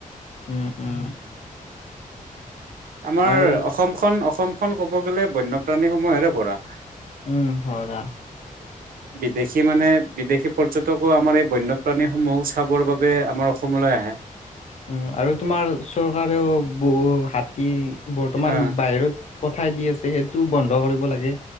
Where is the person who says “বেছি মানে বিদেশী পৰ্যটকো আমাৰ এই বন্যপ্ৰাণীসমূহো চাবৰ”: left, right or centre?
Right